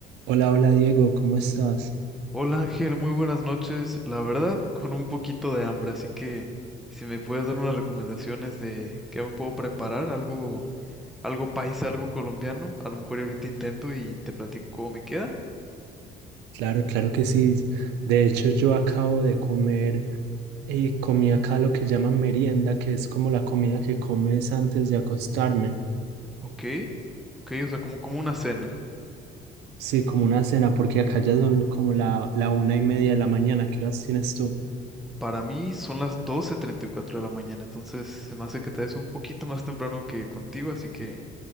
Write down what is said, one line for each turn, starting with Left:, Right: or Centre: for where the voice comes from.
Right: Hola, hola Diego, ¿cómo estás?
Centre: Hola Ángel, muy buenas noches. La verdad, con un poquito de hambre, así que si me puedes dar unas recomendaciones de qué me puedo preparar, algo, algo paisa, algo colombiano, a lo mejor y ahorita intento y te platico cómo me queda.
Right: Claro, claro que sí. De hecho, yo acabo de comer y comí acá lo que llaman merienda, que es como la comida que comes antes de acostarme.
Centre: Ok, ok, o sea, como, como una cena.
Right: Sí, como una cena, porque acá ya son como la, la una y media de la mañana. ¿Qué horas tienes tú?
Centre: Para mí son las doce treinta y cuatro de la mañana, entonces se me hace que te des un poquito más temprano que contigo, así que